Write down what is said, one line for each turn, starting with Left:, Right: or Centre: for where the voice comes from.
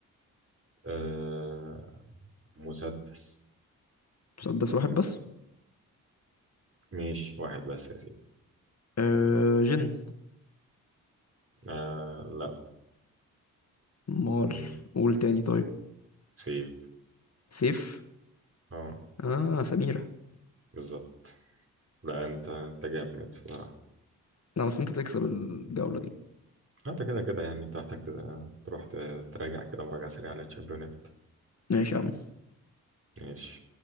Right: آه مسدس
Left: مسدس واحد بس
Right: ماشي واحد بس يا سيدي
Left: آه جن
Right: آه لا
Left: مال
Right: م-
Left: قول تاني طيب
Right: سيف
Left: سيف
Right: اه
Left: اه سميرة
Right: بالظبط لا انت انت جامد بصراحة
Left: لا بس انت تكسب الجولة دي
Right: انت كده كده يعني انت محتاج ت- تروح ت- تراجع كده مراجعة سريعة على الشامبيونات
Left: ماشي يا عم
Right: ماشي